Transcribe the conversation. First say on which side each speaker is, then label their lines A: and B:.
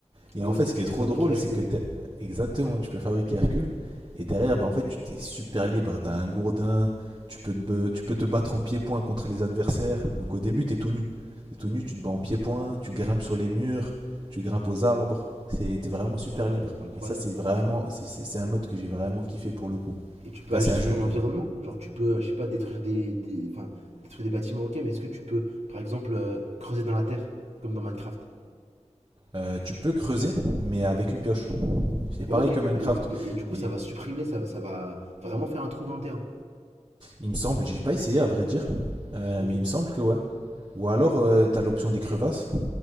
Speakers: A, on the right; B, on the right.
A: Et
B: Ah
A: en
B: ouais,
A: fait, ce qui
B: tu
A: est trop
B: peux fabriquer
A: drôle,
B: Hercule.
A: c'est que de- exactement, tu peux fabriquer Hercule. Et derrière, bah, en fait, tu t'es super libre. T'as un gourdin. Tu peux, te, be- tu peux te battre en pied-point contre les adversaires. Donc au début, t'es tout nu. T'es tout nu, tu te bats en pied-point. Tu grimpes sur les murs. Tu grimpes aux arbres. C'est- T'es vraiment super
B: Ah ouais,
A: libre.
B: incroyable.
A: Et ça, c'est vraiment. c'est- C'est c'est un mode que j'ai vraiment kiffé pour le coup.
B: Et tu peux
A: Enfin,
B: agir
A: c'est un
B: sur
A: jeu
B: ton
A: que.
B: environnement. Genre, tu peux, euh, je sais pas, détruire des. des- Enfin, détruire des bâtiments, ok, mais est-ce que tu peux, par exemple, euh, creuser dans la terre, comme dans Minecraft
A: euh, tu peux creuser, mais avec
B: Ouais.
A: une pioche. C'est pareil
B: Ouais, ok.
A: que Minecraft.
B: Mais, mais et du coup,
A: Mais
B: ça va supprimer, ça va, ça va vraiment faire un trou dans le terrain.
A: il me semble, j'ai pas essayé à vrai dire, euh,
B: Ok.
A: mais il me semble que ouais. Ou alors,
B: Ok.
A: euh, tu as l'option des crevasses.